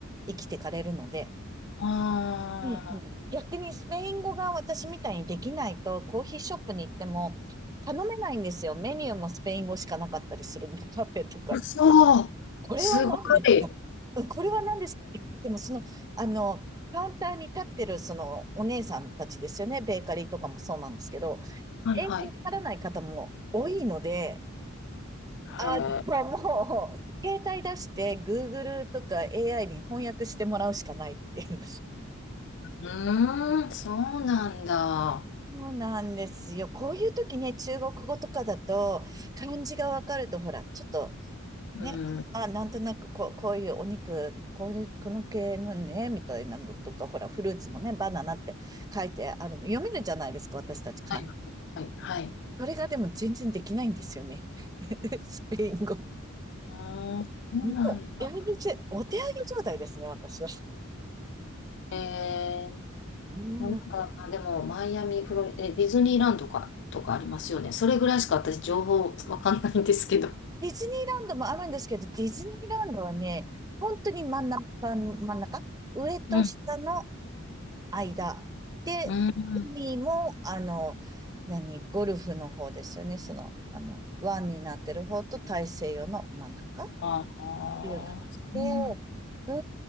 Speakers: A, on the right; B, on the left.
A: 生きてかれるので、
B: あ
A: うんうん逆にスペイン語が私みたいにできないと、コーヒーショップに行っても頼めないんですよ。メニューもスペイン語しかなかったりするんで、<laughs> カフェとか。
B: あ、そう、
A: これは何ですかうんこれは何ですかって言っても、
B: すごい。
A: その、あの、カウンターに立ってる、その、お姉さんたちですよね。ベーカリーとかもそうなんですけど、
B: はいはい。
A: 英語わからない方も多いので、
B: へえ、
A: あ、でももう、携帯出して Google とか AI に翻訳してもらうしかないっていう。
B: うーん、そうなんだ。
A: そうなんですよ。こういう時ね、中国語とかだと、漢字がわかると、ほら、ちょっと
B: うん、
A: ね、
B: は
A: あ、なんとなくこう、こういうお肉、こういう、この系のね、みたいなのとか、ほら、フルーツもね、バナナって書いてあるの。読めるじゃないですか、私たち漢字。
B: いはいはい。
A: それがでも全然できないんですよね。<laughs> スペイン語。
B: うーん、そうなんだ。
A: もう、やめて、お手上げ状態ですね、私は。
B: えー、
A: うん
B: まあなんか、まあ、でも、マイアミ、フロリ、え、ディズニーランドか、とかありますよね。それぐらいしか私、情報わかんないんですけど。
A: ディズニーランドもあるんですけど、ディズニーランドはね、本当に真ん中、真ん中、上と下の
B: うん、
A: 間。で、
B: うん。
A: 海も、あの、何、ゴルフの方ですよね。その、あの、湾になってる方と大西洋の真ん中っ
B: ああ、
A: ていう感じで、
B: そうなんだ。
A: うん